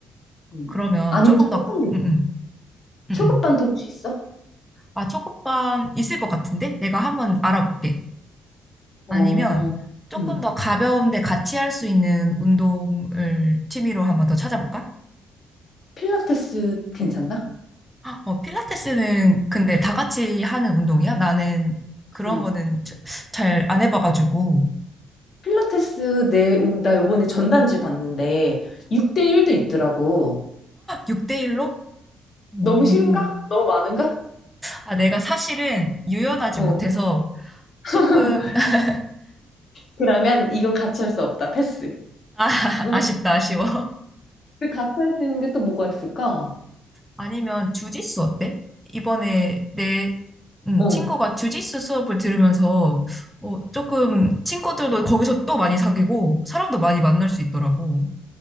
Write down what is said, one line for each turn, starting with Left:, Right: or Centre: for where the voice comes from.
Left: 음.
Centre: 그러면
Left: 아니면
Centre: 조금
Left: 초급반도
Centre: 더, 응응
Left: 있나? 초급반도
Centre: 응응.
Left: 혹시 있어?
Centre: 아, 초급반 있을 것 같은데? 내가 한번 알아볼게.
Left: 어,
Centre: 아니면 음. 조금
Left: 음.
Centre: 더 가벼운데 같이 할 수 있는 운동을 취미로 한번 더 찾아볼까?
Left: 필라테스 괜찮나?
Centre: 어, 필라테스는
Left: 응.
Centre: 근데 다 같이 하는 운동이야? 나는 그런
Left: 음.
Centre: 거는 잘 안 해봐가지고.
Left: 필라테스 내, 우- 나 이번에 전단지 봤는데 6대1도 있더라고.
Centre: 6대1로? 오.
Left: 너무 싫은가? 너무 많은가?
Centre: 아, 내가 사실은 유연하지
Left: 어.
Centre: 못해서
Left: <laughs>
Centre: 조금, <laughs>
Left: 그러면 이건 같이 할 수 없다. 패스.
Centre: 아,
Left: 우리
Centre: 아쉽다, 아쉬워.
Left: 그 같이 할 수 있는 게 또 뭐가 있을까?
Centre: 아니면 주짓수 어때? 이번에 내 음,
Left: 어.
Centre: 친구가 주짓수 수업을 들으면서 어, 조금 친구들도 거기서 또 많이 사귀고 사람도 많이 만날 수 있더라고.